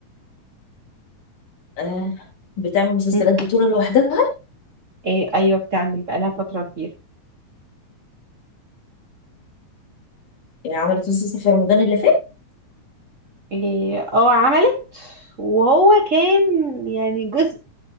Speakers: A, on the left; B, on the right.
A: آه بتعمل مسلسلات
B: م.
A: بطولة لوحدها
B: إيه ايوه بتعمل بقالها فترة كبيرة
A: يعني عملت مسلسل في رمضان اللي فات
B: إيه اه عملت وهو كان يعني جزء